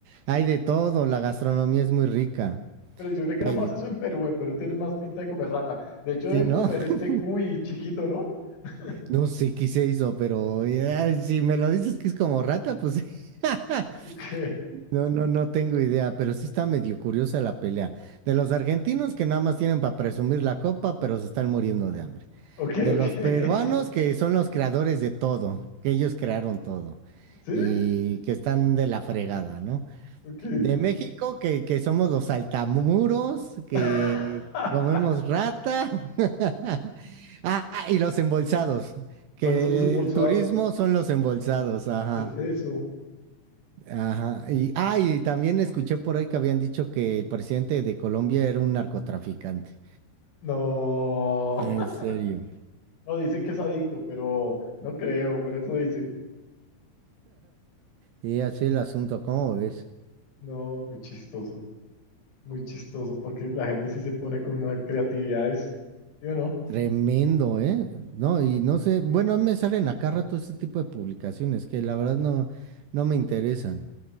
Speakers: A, on the right (about 75°); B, on the left (about 85°).
A: hay de todo, la gastronomía es muy rica.
B: Pero yo le creo
A: Ay,
B: más eso en Perú. En Perú tienen más pinta de comer rata. De hecho, deben
A: sí, ¿no?
B: comer este
A: <laughs>
B: cuy chiquito, ¿no? <laughs>
A: No sé qué se hizo, pero ya, si me lo dices que es como rata, pues <laughs>
B: Ok,
A: No, no, no tengo idea, pero sí está medio curiosa la pelea. De los argentinos que nada más tienen para presumir la copa, pero se están muriendo de hambre.
B: ok,
A: De
B: ok.
A: los
B: <laughs>
A: peruanos que son los creadores de todo, que ellos crearon todo
B: ¿Sí?
A: y que están de la fregada, ¿no?
B: Ok.
A: De México que, que somos los saltamuros, que
B: <laughs>
A: comemos rata. <laughs> Ah, y los embolsados, que
B: ¿Cuáles son los embolsados?
A: el turismo son los embolsados, ajá.
B: ¿Qué es eso?
A: Ajá. Y, ah, y también escuché por ahí que habían dicho que el presidente de Colombia era un narcotraficante.
B: No.
A: En
B: <laughs>
A: serio.
B: No, dicen que es adicto, pero no creo, pero eso dicen.
A: Y así el asunto, ¿cómo ves?
B: No, muy chistoso. Muy chistoso, porque la gente sí se pone con unas creatividades. ¿Sí o no?
A: Tremendo, ¿eh? No, y no sé, bueno, a mí me salen acá rato ese tipo de publicaciones que la verdad no, no me interesan.